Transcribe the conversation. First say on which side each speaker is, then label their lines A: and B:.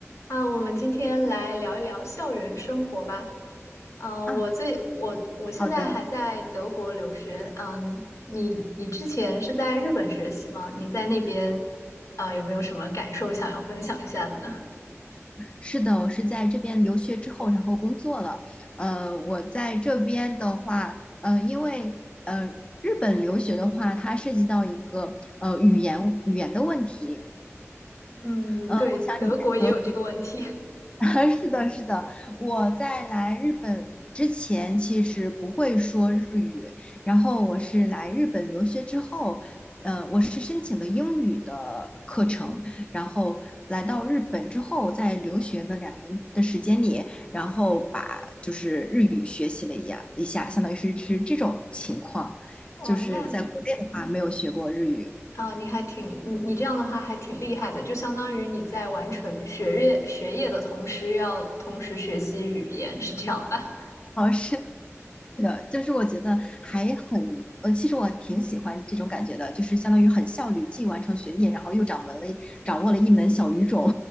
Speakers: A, on the left; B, on the left.
A: 啊，我们今天来聊一聊校园生活吧。呃，
B: 啊，
A: 我最我我现在还在德国留学。
B: 好的，
A: 嗯，你你之前是在日本学习吗？你在那边啊，有没有什么感受想要分享一下的呢？
B: 是的，我是在这边留学之后，然后工作了。呃，我在这边的话，呃，因为呃，日本留学的话，它涉及到一个呃语言语言的问题。
A: 嗯，
B: 呃，
A: 对，
B: 我想你在德
A: 德国也有这个问题。
B: <laughs> 是的，是的，我在来日本之前其实不会说日语，然后我是来日本留学之后，呃，我是申请的英语的课程，然后来到日本之后，在留学的两年的时间里，然后把就是日语学习了一下，一下，相当于是是这种情况，
A: <laughs> 哦，
B: 就是在国内的话没有学过日语，
A: 那啊，你还挺你你这样的话还挺厉害的，就相当于你在完成学业学业的同时，又要同时学习语言，是这样吧？
B: 哦，是是的，就是我觉得还很，呃，其实我挺喜欢这种感觉的，就是相当于很效率，既完成学业，然后又掌门了一掌握了一门小语种